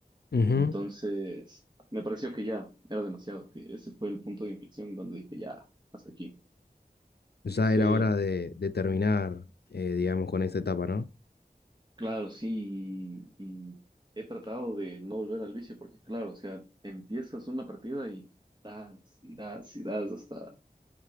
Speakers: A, on the left (about 85°); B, on the right (about 25°).
A: ujú.
B: Entonces, me pareció que ya era demasiado, que ese fue el punto de inflexión donde dije, ya, hasta aquí.
A: Ya
B: No sé,
A: era hora de, de terminar, eh, digamos, con esa etapa, ¿no?
B: claro, sí, y y he tratado de no volver al vicio porque, claro, o sea, empiezas una partida y das, y das, y das hasta,